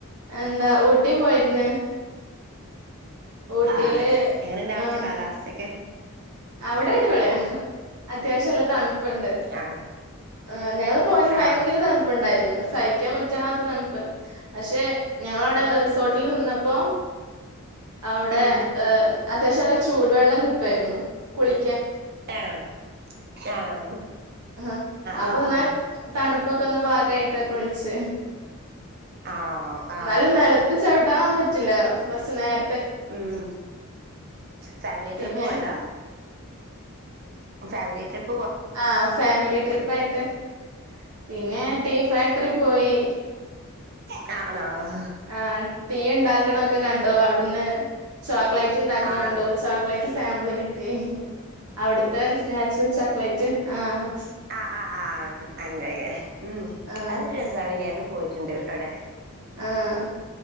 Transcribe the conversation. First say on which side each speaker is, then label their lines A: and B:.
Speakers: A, on the right (about 85°); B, on the right (about 45°).
A: എന്താ ഊട്ടി പോയിരുന്ന്. ഊട്ടിയില്
B: ആണോ എങ്ങനുണ്ട് അവിടുത്തെ
A: ആ
B: കാലാവസ്ഥയക്കെ?
A: അവിടെ അടിപൊളിയാ അത്യാവശ്യം നല്ല തണു പ്പൊണ്ട്.
B: ആണോ
A: ആ ഞങ്ങള് പോയന്ന് ഭയങ്കര
B: ആണോ
A: തണുപ്പുണ്ടായിരുന്ന്. സഹിക്കാൻ പറ്റാത്ത തണുപ്പ് പക്ഷെ ഞങ്ങളവിടെ റിസോർട്ടിൽ നിന്നപ്പോ അവിടെ
B: ഉം
A: ആ അത്യാവശ്യംല്ല ചൂടുവെള്ളം കിട്ടുമായിരുന്നു കുളി
B: ആണോ ആണോ
A: ആ അപ്പൊ
B: ആ
A: എന്നാ
B: ആ
A: തണുപ്പൊക്കെ ഒന്ന് ഭാഗമായിട്ടൊക്കെ കുളിച് <unintelligible>
B: ആണോ? ആ
A: ന്നാലും
B: ആ
A: നിലത്തു ചവുട്ടാ കത്താൻ പറ്റില്ല കുറച്ച് നേര
B: ഉം ഫാമിലി
A: പിന്നെ
B: ട്രിപ്പ് പോയതാ. Family trip.
A: ആ ഫാമിലി ട്രിപ്പ് പ്പായിട്ട്. പിന്നെ ടീ ഫാക്ടറി പോയി.
B: കാണാവോ.
A: ആ ടീ ഉണ്ടാക്കണെ ഒക്കെ കണ് ഓ അവിടുന്ന് ചോക്ലേ റ്റുണ്ടാക്കണെ
B: ആണോ
A: കണ്ടു ചോക്ലേറ്റ്. സാമ്പിള് കിട്ടി. അവിടുത്തെ നാച്ചുറൽ ചോക്ലേറ്റ്. ആഹ്.
B: ആഹ് ആഹ് ആഹ് അങ്ങനെ ങ്ങനെ ഉം
A: ആഹ്
B: അതൊരു രസമാണ് ഞാനും. പോയിട്ടുണ്ട് അവിടെ.
A: ആഹ്